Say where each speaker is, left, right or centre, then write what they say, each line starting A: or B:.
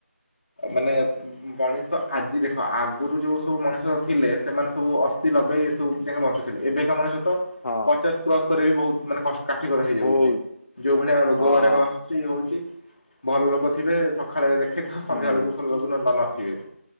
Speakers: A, on the left (about 35°); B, on the left (about 80°).
A: ମାନେ ମଣିଷ ଆଜି ଦେଖ ଆଗରୁ ଯୋଉ ସବୁ ମଣିଷ ଥିଲେ ସେମାନେ ସବୁ ଅସ୍ଥି ଲବେ ସବୁ ଯକ ବଞ୍ଚୁଥିଲେ ଏବେକା ମଣିସତ
B: ହଁ
A: ପଚାଶ କ୍ରସ କରରେ ବି ବହୁତ ମାନେ କାଠିକର ହେଇଯାଉଛି।
B: ବହୁତ
A: ଯୋଉ ଭଳିଆ ରୋଗ
B: ହଁ
A: ବୈରାଗ ଆସୁଛି ଏ ହଉଛି ଭଲ ଲୋକ ଥିବେ ସକାଳେ ଦେଖେଇଥିବ ସନ୍ଧ୍ୟା
B: ହୁଁ।
A: ବେଳକୁ ନଥିବେ।